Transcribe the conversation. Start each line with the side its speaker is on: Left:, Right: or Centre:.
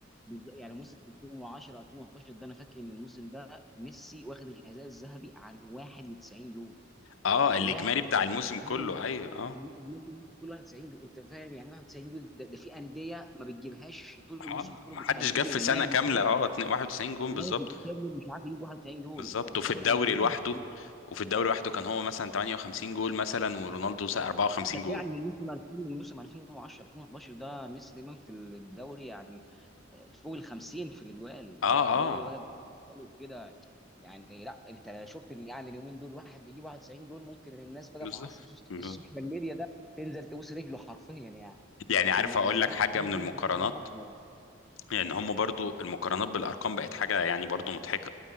Centre: بالذات- يعني موسم 2010 2011 ده انا فاكر ان الموسم ده ميسي واخد الحذاء الذهبي عن 91 يورو
Left: اه
Centre: 91
Left: الاجمالي بتاع الموسم كله ايوه اه
Centre: 91 جول انت فاهم يعني 91 جول ده, ده في انديه ما بتجيبهاش طول الموسم
Left: اه
Centre: في كل
Left: ما
Centre: بطوله
Left: حدش
Centre: انديه
Left: جاب في سنه
Centre: نادي
Left: كامله
Centre: كامل
Left: اه اتنين- 91 جون
Centre: نادي
Left: بالظبط
Centre: كامل مش عارف يجيب 91 جول
Left: بالظبط
Centre: فانت
Left: وفي
Centre: بتتكلم
Left: الدوري
Centre: إن الجول-
Left: لوحده وفي الدوري لوحده كان هو مثلا 58 جول مثلا ورونالدو 54
Centre: لا، ده
Left: جول
Centre: فعلا من موسم 2000 من موسم 2010 2011 ده ميسي دايما في الدوري يعني فوق ال 50 في الاجوال
Left: اه
Centre: ده بقى
Left: اه
Centre: بقى كده يعني لا انت لو شفت إن يعني اليومين دول واحد بيجيب 91 جول ممكن الناس بقى
Left: بالظبط
Centre: في عصر السوس-
Left: بالظبط.
Centre: السوشيال ميديا ده تنزل تبوس رجله حرفيا يعني
Left: يعني
Centre: يمكن
Left: عارف اقول
Centre: زمان
Left: لك حاجه
Centre: الحاجات
Left: من
Centre: دي
Left: المقارنات
Centre: مش بتاخد حد يعني.
Left: لان هم برضو المقارنات بالارقام بقت حاجه يعني برضو مضحكه